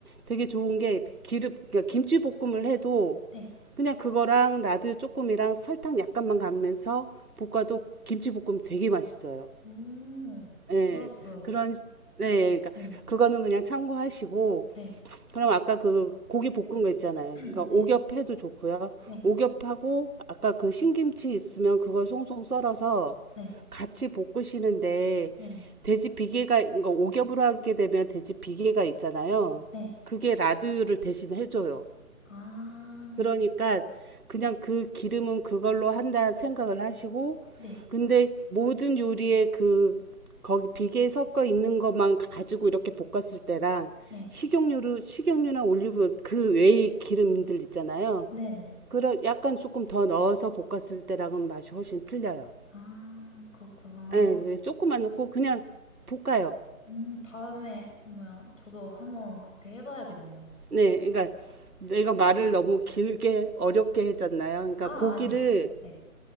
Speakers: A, on the right; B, on the left.
A: 되게 좋은 게 기름, 그러니까 김치 볶음을 해도
B: 네.
A: 그냥 그거랑 라두유 조금이랑 설탕 약간만 가면서 볶아도 김치 볶음 되게 맛있어요.
B: 음...
A: 예.
B: 몰랐어요.
A: 그런 네, 그러니까
B: 네,
A: 그거는 그냥 참고하시고
B: 네,
A: 그럼 아까 그 고기 볶은
B: <clears throat>
A: 거 있잖아요. 그러니까 오겹
B: 네,
A: 해도 좋고요.
B: 네,
A: 오겹하고 아까 그 신김치 있으면 그걸 송송 썰어서
B: 네,
A: 같이 볶으시는데
B: 네, 네,
A: 돼지 비계가 그러니까 오겹으로 하게 되면 돼지 비계가 있잖아요.
B: 네.
A: 그게 라드유를 대신 해줘요.
B: 아,
A: 그러니까 그냥 그 기름은 그걸로 한다 생각을 하시고,
B: 네,
A: 근데 모든 요리에 그, 거기 비계에 섞어 있는 것만 가지고 이렇게 볶았을 때랑
B: 네,
A: 식용유로, 식용유나 올리브 그 외의 기름들 있잖아요.
B: 네네.
A: 그런 약간 조금 더 넣어서 볶았을 때랑은 맛이 훨씬 틀려요.
B: 아, 그렇구나.
A: 예, 네, 조금만 넣고 그냥 볶아요.
B: 음, 다음에 보면 저도 한번 그렇게 해봐야겠네요.
A: 네, 그러니까 내가 말을 너무 길게 어렵게 해줬나요? 그러니까
B: 아,
A: 고기를
B: 아니. 네,